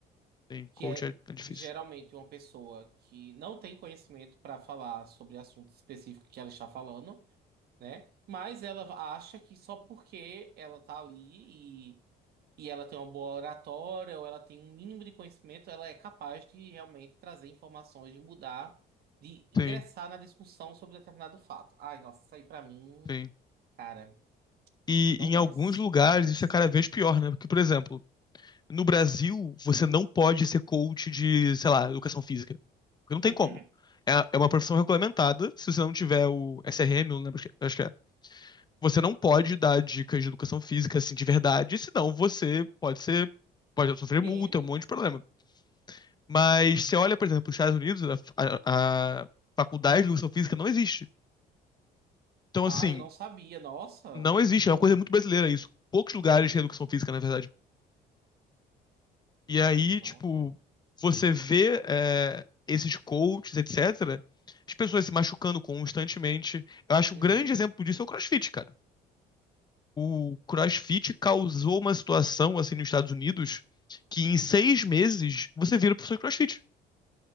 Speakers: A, on the left (about 25°); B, on the right (about 65°).
A: Sim,
B: que
A: coach
B: é
A: é, é difícil.
B: geralmente uma pessoa que não tem conhecimento para falar sobre assunto específico que ela está falando, né? Mas ela acha que só porque ela tá ali e, e ela tem uma boa oratória ou ela tem um mínimo de conhecimento, ela é capaz de realmente trazer informações, de mudar, de ingressar
A: Sim,
B: na discussão sobre determinado fato. Ai, nossa, isso aí pra mim,
A: sim.
B: cara.
A: E
B: Não
A: em
B: desce.
A: alguns lugares
B: Não desce.
A: isso é cada vez pior, né? Porque, por exemplo, no Brasil você não pode ser coach de, sei lá, educação física. Porque não tem
B: Uhum.
A: como. É, é uma profissão regulamentada, se você não tiver o SRM, não lembro, acho que é. Você não pode dar dicas de educação física, assim, de verdade, senão você pode ser, pode sofrer multa,
B: Sim.
A: um monte de problema. Mas você olha, por exemplo, os Estados Unidos, a, a- a faculdade de educação física não existe. Então,
B: Ah,
A: assim,
B: eu não sabia. Nossa.
A: não existe. É uma coisa muito brasileira isso. Poucos lugares têm educação física, na verdade. E aí, tipo,
B: Nossa.
A: você vê é, esses coaches, etc., as pessoas se machucando constantemente. Eu acho que
B: Uhum.
A: o grande exemplo disso é o CrossFit, cara. O CrossFit causou uma situação, assim, nos Estados Unidos, que em seis meses você vira professor de CrossFit.